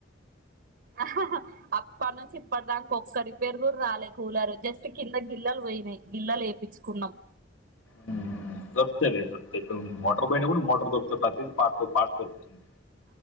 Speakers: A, on the right (about 55°); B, on the left (about 85°).
A: అహ్హ్ అప్పటి నుంచి ఇప్పటి దాక ఒక్క రిపేరు కూడా రాలే కూలారు జస్ట్ కింద గిల్లలు పోయినాయి గిల్లలు ఏ ప్పిచ్చుకున్నాం
B: హ దొరుతాయండి దొప్తా ఇప్పుడు మోటార్ బయిట కూడా మోటార్ దొరుకుతాయి. ప్రతిది పార్ట్ పాటు పార్ట్ దొరుకుతుంది.